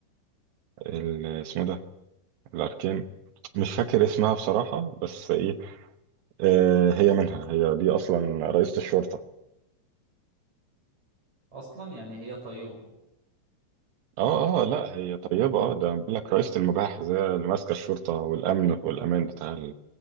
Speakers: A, on the right; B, on the right.
A: ال- اسمه ده الأركين مش فاكر اسمها بصراحة بس إيه آه، هي منها هي دي أصلا رئيسة الشرطة
B: اصلا يعني هي طيبة
A: اه اه آه، لا هي طيبة اه ده بقول لك رئيسة المباحث هي اللي ماسكة الشرطة والأمن والأمان بتاع